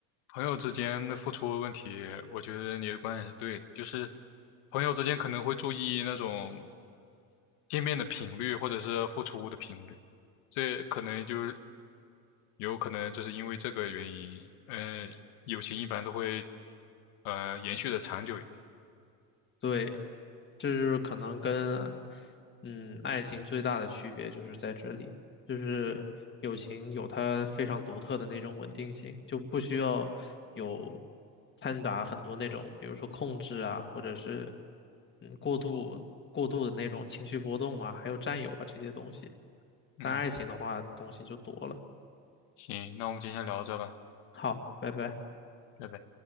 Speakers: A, on the left (about 80°); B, on the left (about 25°).
A: 朋友之间的付出问题，我觉得你的观点是对的，就是朋友之间可能会注意那种见面的频率或者是付出的频率，这可能就有可能就是因为这个原因，呃，友情一般都会呃延续的长久一点。
B: 对，这就是可能跟嗯爱情最大的区别就是在这里，就是友情有它非常独特的那种稳定性，
A: 嗯
B: 就不需要有掺杂很多那种，比如说控制啊，或者是嗯过度过度的那种情绪波动啊，还有占有啊这些东西。
A: 嗯，
B: 但爱情的话，东西就多了。
A: 行，那我们今天聊到这吧，
B: 好，拜拜。
A: 拜拜。